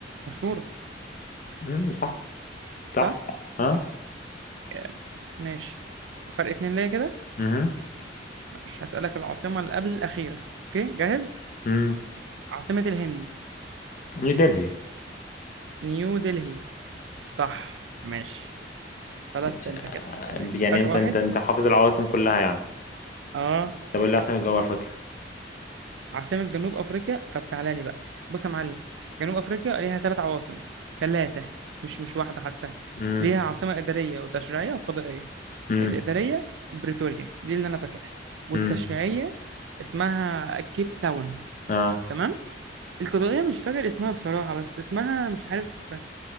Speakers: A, on the right; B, on the left.
A: مشهورة
B: امم صح صح
A: صح؟
B: اه
A: آه، ماشي فرق اتنين ليا كده
B: امم
A: مش هسألك العاصمة اللي قبل الأخيرة أوكي جاهز؟
B: أمم.
A: عاصمة الهند
B: نيو دلهي
A: نيو دلهي صح ماشي فلت
B: مش-
A: أنت كده ماشي
B: يعني
A: فرق
B: انت
A: واحد
B: انت انت حافظ العواصم كلها يعني
A: آه
B: طب ايه اللي عاصمة جنوب افريقيا
A: عاصمة جنوب أفريقيا طب تعالى لي بقى بص يا معلم جنوب أفريقيا ليها ثلاث عواصم ثلاثة مش مش واحدة حتى
B: امم
A: ليها عاصمة إدارية وتشريعية وقضائية
B: امم
A: الإدارية بريتوريا دي اللي أنا فاكرها والتشريعية
B: امم
A: اسمها كيب تاون
B: اه
A: تمام القضائية مش فاكر اسمها بصراحة بس اسمها مش عارف